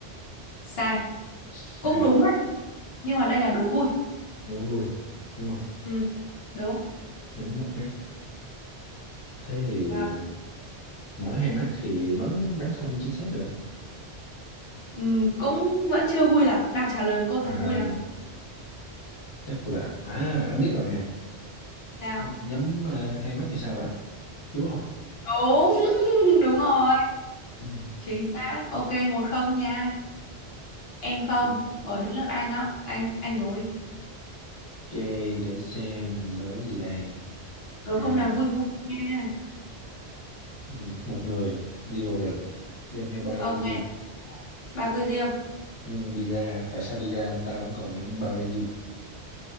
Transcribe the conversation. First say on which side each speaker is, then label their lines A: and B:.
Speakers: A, on the left; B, on the left.
A: sai
B: Sai,
A: cũng đúng nhưng mà đây là đố vui
B: đố vui, đúng không?
A: ừ đúng
B: Nhắm một mắt. Thế thì
A: vâng
B: mở hai mắt thì bắn bắn không chính xác được.
A: ừ, cũng vẫn chưa vui lắm nào trả lời một câu
B: À,
A: thật vui nào
B: chắc là à anh biết rồi nè.
A: sao
B: Nhắm à, hai mắt thì sao bắn? Đúng không?
A: đúng <laughs> đúng rồi
B: <laughs>
A: chính xác ok một không nha em không
B: Ừ.
A: rồi đến lượt anh đó anh anh đố đi
B: Ok, để xem đố gì đây.
A: đố
B: À
A: câu nào vui vui nha
B: Ừ, một người đi vào rừng đem theo ba
A: ok
B: que diêm
A: ba que diêm
B: nhưng đi ra tại sao đi ra anh ta vẫn còn nguyên ba que diêm